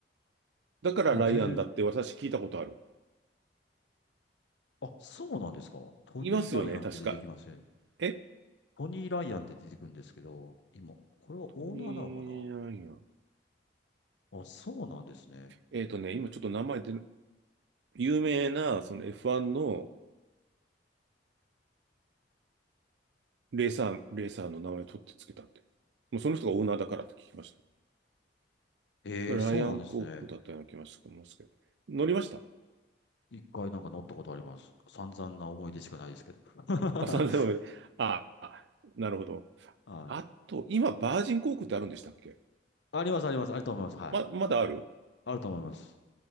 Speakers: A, on the right; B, on the left.
A: だからライアンだって私聞いたことある。
B: あ、全然、あ、そうなんですか。トニー・
A: いますよね、
B: ライアンって出てきますね。
A: 確か。え、
B: トニー・ライアンって出てくるんですけど、今、これはオーナーなのかな
A: トミー・ライアン。
B: あ、そうなんですね。
A: えっとね、今ちょっと名前で、有名な、その F1 のレーサー、レーサーの名前を取ってつけたって。もうその人がオーナーだからって聞きました。
B: ええ、
A: それライアン航空だったような気がしてますけどね。
B: そうなんですね。
A: 乗りましたあ
B: 一回なんか乗ったことあります。散々な思い出しかないですけど。<laughs>
A: あ。あ、3000円。ああ、なるほど。
B: はい。
A: あと、今、バージン航空ってあるんでしたっけ
B: あります、あります。あると思います。はい。
A: ま、まだある
B: あると思います。